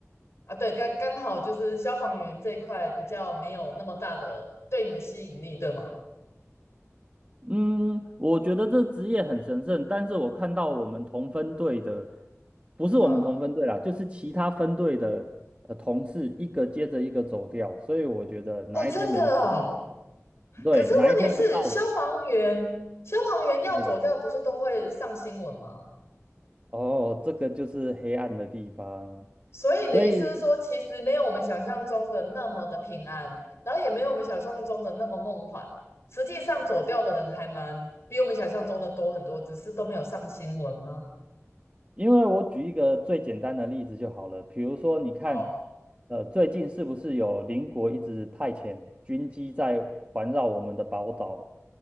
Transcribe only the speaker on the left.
啊，对，刚刚好就是消防员这一块比较没有那么大的对你的吸引力，对吗？
嗯，
哦，真的哦，
可是问题是消防员，
消防员要走掉不是都会上新闻吗？
所以你的意思是说，
其实没有我们想象中的那么的平安，然后也没有我们想象中的那么梦幻。实际上走掉的人还蛮比我们想象中的多很多，只是都没有上新闻呢。
好，